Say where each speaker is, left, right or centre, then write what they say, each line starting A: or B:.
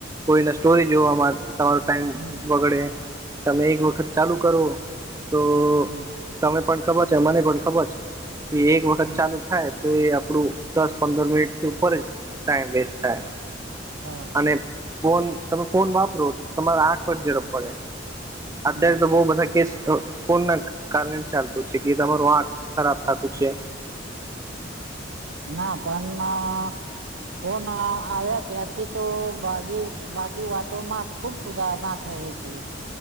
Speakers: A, on the right; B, on the right.
A: કોઈને સ્ટોરી જોવામાં અ તમારું ટાઈમ
B: હમ
A: બગડે, તમે એક વખત ચાલુ કરો તો
B: હમ
A: તમે પણ ખબર છે મને પણ ખબર છે, કે એક વખત
B: હમ
A: ચાલુ થાય. તો એ આપણું દસ પંદર મિનિટ થી ઉપર જ ટાઈમ વેસ્ટ થાય.
B: હા.
A: અને ફોન તમે ફોન વાપરો તમારા આંખ પર ઝરપ પડે. અત્યારે
B: હમ
A: તો બઉ બધા કેસ અ ફોન ના કારણે ચાલતો છે કે તમારું આંક ખરાબ થતું છે.
B: ના પણ ફન ફોન આવ્યા ત્યારથી તો ભાગે બાકી વાતોમાં ખુબ સુધારણા થય છે.